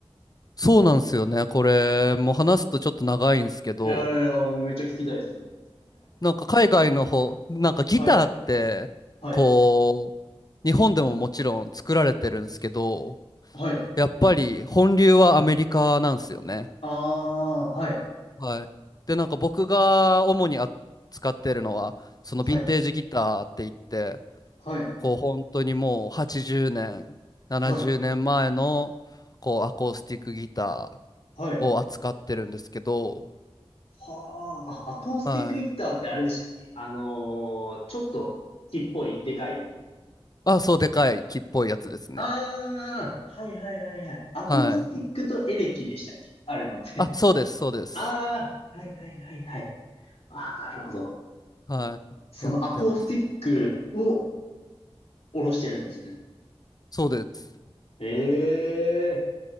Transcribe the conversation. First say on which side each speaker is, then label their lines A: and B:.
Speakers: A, on the left; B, on the left.
A: そうなんですよね。これ、もう話すとちょっと長いんですけど、
B: いやいや、もうめっちゃ聞きたいです。
A: なんか海外の方、なんかギターって、
B: はい、はい、
A: こう、日本でももちろん作られてるんですけど、
B: はい。
A: やっぱり本流はアメリカなんですよね。
B: ああ、はい、
A: はい。で、なんか僕が主に扱ってるのは、そのヴィンテージギターって言って、
B: はい、はい、
A: こう本当にもう80年、70年前のこうアコースティックギタ
B: はい、はい。
A: ーを扱ってるんですけど、
B: はあ、アコースティックギターってあれでしたっけあのーちょっと木っぽい、
A: はい。
B: でかい。
A: あ、そうでかい木っぽいやつですね。
B: ああ、はいはいはいはい。アコースティックとエレキでしたっけあるのって。
A: はい。あ、
B: <laughs>
A: そうです、そうです。
B: ああ、はいはいはいはい。ああ、なるほど。
A: はい。
B: そのアコースティックを
A: やってます。
B: 下ろしてるんですね。
A: そうです。
B: ええ